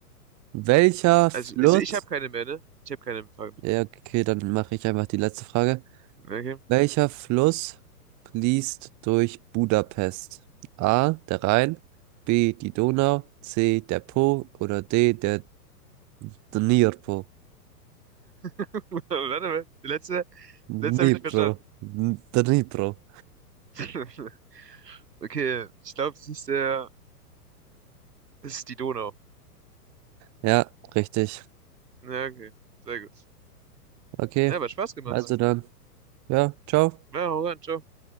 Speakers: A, on the right; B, on the right.
A: Welcher Fluss?
B: Also, also ich habe keine mehr, ne? Ich habe keine Fragen
A: Ja, okay, dann mache ich einfach die letzte Frage.
B: mehr. Okay.
A: Welcher Fluss fließt durch Budapest? A, der Rhein, B, die Donau, C, der Po oder D, der Dnipro.
B: <laughs> Warte mal, die letzte,
A: Also,
B: letzte
A: Dnipro.
B: habe ich nicht verstanden.
A: Dnipro.
B: <laughs> Okay, ich glaube, das ist der, das ist die Donau.
A: Ja, richtig.
B: Ja, okay, sehr gut.
A: Okay,
B: Ja, aber Spaß gemacht.
A: also dann. Ja, ciao.
B: Ja, hau rein, ciao.